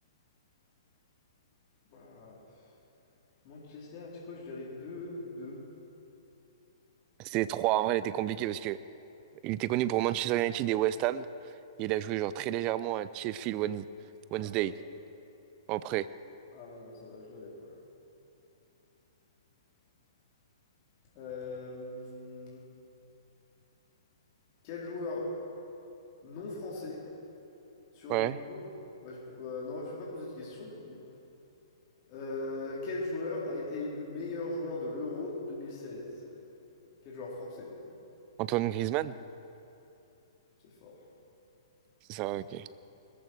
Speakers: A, on the left; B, on the right.
A: Bah, Manchester, tu sais quoi, je dirais 2, 2.
B: C'était trois. En vrai, il était compliqué parce que il était connu pour Manchester United et West Ham. Il a joué genre très légèrement à Sheffield Wed- Wednesday
A: Ah, ouais,
B: en prêt.
A: ah ouais, non, ça va, je l'avais pas. Euh, quel joueur non français surnommé...
B: Ouais.
A: Bah, je pou- euh, non, je vais pas poser de question du coup. Euh, quel joueur a été élu meilleur joueur de l'Euro 2016? Quel joueur français, du coup?
B: Antoine Griezmann?
A: C'est fort.
B: C'est ça, ok.